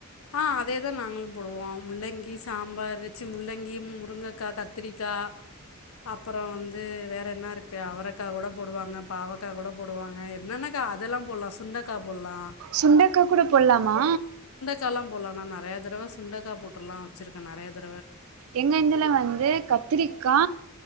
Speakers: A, on the left; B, on the right.
A: ஆ அதேதா நாங்களு போடுவோ முள்ளங்கி சாம்பாரு ச்சி முள்ளங்கியும் முருங்கக்கா கத்திரிக்கா அப்புறம் வந்து வேற என்னா இருக்கு அவரைக்காகூட போடுவாங்க பாவக்காகூட போடுவாங்க என்னன்ன கா அதெல்லா போட்லாம் சுண்டக்கா போட்லா
B: சுண்டக்கா கூட போட்லாமா
A: க்கால்லாம் போட்லாம் நா நறைய தடவை சுண்டைக்க் போட்டில்லாம் வச்சிருக்கேன் நறைய த
B: எங்க இந்துல வந்து கத்திரிக்கா